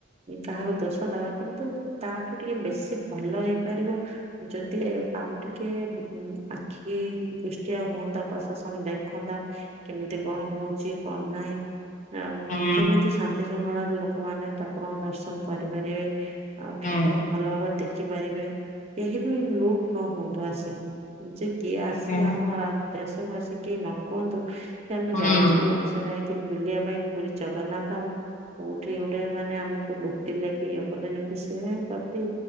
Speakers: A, on the right; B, on the left.
A: କାହାକୁ ଦୋଷ ଦବା କିନ୍ତୁ ତାଠୁ ଟିକେ ବେଶୀ ଭଲ ହେଇପାରିବ ଯଦି ଆଉ ଟିକେ ଆଖି କି ଦୃଷ୍ଟିଆ ହୁଅନ୍ତା ପ୍ରଶାସନ ଦେଖନ୍ତା କେମିତି କଣ ହଉଛି କଣ ନାହିଁ। ଆଉ
B: ହୁଁ
A: କେମିତି ଶାନ୍ତି ସୃଙ୍କଳାରେ ଲୋ ଲୋକମାନେ ଠାକୁରଙ୍କୁ ଦର୍ଶନ କରିପାରିବେ ଆଉ
B: ହୁଁ
A: ଠାକୁରଙ୍କୁ ଭଲ ଭାବରେ ଦେ ଖିପାରିବେ କେହି ବି ଲୁଟ ନ ହୁଅନ୍ତୁ ଆସିକି ଯେ କିଏ ଆସିକି
B: ହୁଁ
A: ଆମ ରା ଦେଶକୁ ଆସିକି କେହି ନ କୁହନ୍ତୁ କି ଆମେ
B: ହୁଁ
A: ଯାଇଥିଲୁ ଓଡିଶା ଯାଇ ଏଥିରୁ ବୁଲିବା ପାଇଁ ପୁରୀ ଜଗନ୍ନାଥ ଧାମ କୋଉଠି ଗୋଟେ ମାନେ ଆମକୁ ଲୁ ତି ଲେକି ଇଏ କଲେ ଯେମିତି ସେ ପ୍ରତି